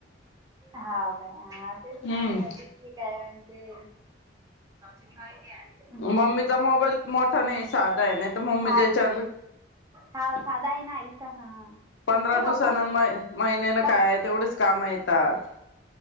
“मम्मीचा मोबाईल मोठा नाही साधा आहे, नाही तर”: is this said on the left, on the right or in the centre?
Left